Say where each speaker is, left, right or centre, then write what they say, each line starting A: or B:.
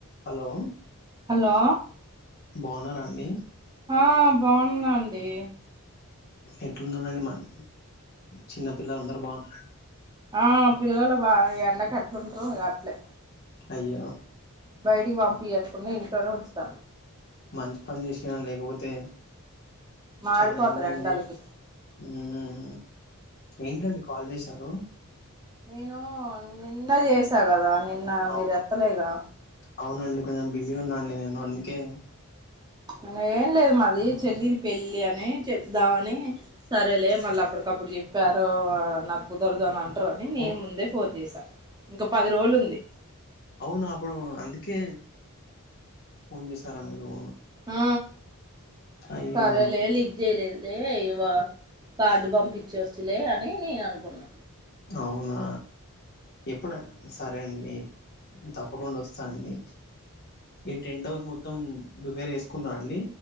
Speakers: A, on the left; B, on the right.
A: Hello
B: hello
A: బాగున్నారా అండి
B: ఆ బాగున్నా అండి
A: ఎట్లున్నారండి మరి చిన్నపిల్లల అందరు బాగున్నారా
B: ఆ పిల్లలు బా ఈ ఎండకు ఎట్లుంటరు అట్లే
A: అయ్యో
B: బయటికి పంపియకుండా ఇంట్లోనే ఉంచుతా
A: మంచి పని చేసినవ్ లేకపోతే
B: మాడిపోతారు
A: చానా ఎండ
B: ఎండలకి
A: ఉంది ఉహా ఏంటండీ కాల్ చేసారు
B: నేను నిన్న చేశా కదా నిన్న
A: అవును
B: మీరు ఎత్తలే గా
A: అవునండి కొంచెం బిజీగా ఉన్నా నేను అందుకే
B: అలా ఏం లేదు మాది చెల్లిది పెళ్లి అని చెబుదామని సరేలే మల్ల అప్పటికప్పుడు చెప్పారు నాకు కుదరదు అనే అం అంటారు అని నేను
A: ఓ
B: ముందే ఫోన్ చేశా ఇంకా పది రోజులు ఉంది
A: అవునా అప్పుడు అందుకే ఫోన్ చేసారా మీరు
B: ఆ
A: అయ్యో
B: సరేలే లిఫ్ట్ చేయలేదు లే ఇవా కార్డు పంపించవచ్చులే అని నేను అనుకున్నా
A: అవునా ఎప్పుడు సరే అండి తప్పకుండా వస్తా అండి ఈ టెంట్ హౌస్ మొత్తం ప్రిపేర్ చేసుకుందా అండి